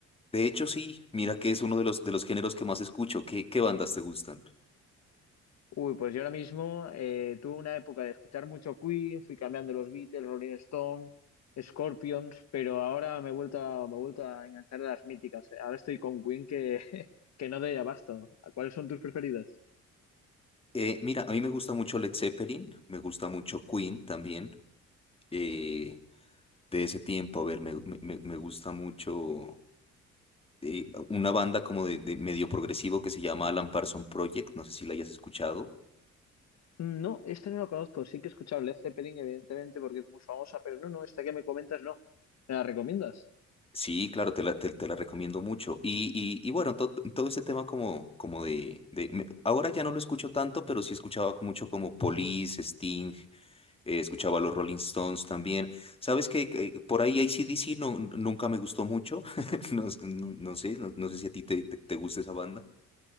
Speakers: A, on the left; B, on the left.
A: De hecho, sí, mira que es uno de los, de los géneros que más escucho, ¿qué, qué bandas te gustan?
B: Uy, pues yo ahora mismo eh, tuve una época de escuchar mucho Queen, fui cambiando los Beatles, Rolling Stone, Scorpions, pero ahora me he vuelto a, me he vuelto a enganchar a las míticas. Ahora estoy con Queen que, <laughs> que no doy abasto. ¿Cuáles son tus preferidas?
A: Eh, mira, a mí me gusta mucho Led Zeppelin, me gusta mucho Queen también, eh, de ese tiempo, a ver, me, me me- me gusta mucho... eh, una banda como de, de medio progresivo que se llama Alan Parsons Project, no sé si la hayas escuchado.
B: No, esta no la conozco. Sí que he escuchado Led Zeppelin, evidentemente, porque es muy famosa, pero no, no, esta que me comentas no. ¿Me la recomiendas?
A: Sí, claro, te la, te, te la recomiendo mucho. Y, y, y bueno, to- todo ese tema como, como de, de- me- Ahora ya no lo escucho tanto, pero sí escuchaba mucho como Police, Sting, eh, escuchaba los Rolling Stones también. Sabes que que por ahí C D C no, n- nunca me gustó mucho. <laughs> No, s- no- no sé, no, no sé si a ti te, te, te gusta esa banda.